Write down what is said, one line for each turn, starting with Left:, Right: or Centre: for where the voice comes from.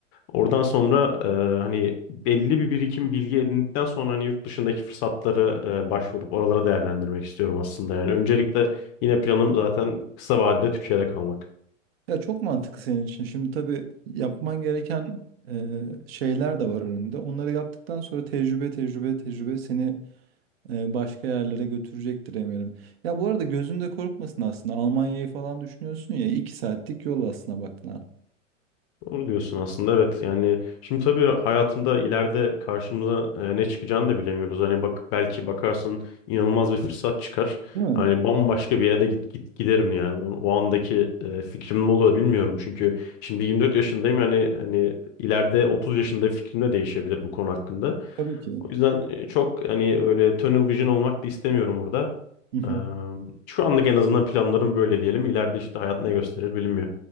Left: Oradan sonra e, hani belli bir birikim bilgi edindikten sonra hani yurt dışındaki fırsatları e, başvurup oralara değerlendirmek istiyorum aslında. Yani öncelikle yine planım zaten kısa vadede Türkiye'de kalmak.
Right: Ya çok mantıklı senin için. Şimdi tabii yapman gereken e, şeyler de var önünde. Onları yaptıktan sonra tecrübe, tecrübe, tecrübe seni e, başka yerlere götürecektir eminim. Ya bu arada gözünde korkmasın aslında. Almanya'yı falan düşünüyorsun ya. iki saatlik yol aslında baktığına.
Left: Doğru diyorsun aslında evet yani şimdi tabii hayatında ileride karşımıza e, ne çıkacağını da bilemiyoruz. Hani bak belki bakarsın inanılmaz bir fırsat çıkar.
Right: Değil mi?
Left: Hani bambaşka bir yere de git, git giderim yani o, o andaki e, fikrim ne olur bilmiyorum. Çünkü şimdi 24 yaşındayım yani hani ileride 30 yaşında fikrim de değişebilir bu konu hakkında.
Right: Tabii ki.
Left: O yüzden e, çok hani öyle tunnel vision olmak da istemiyorum burada.
Right: Hı hı.
Left: Eee, şu anlık en azından planlarım böyle diyelim. İleride işte hayat ne gösterir bilinmiyor.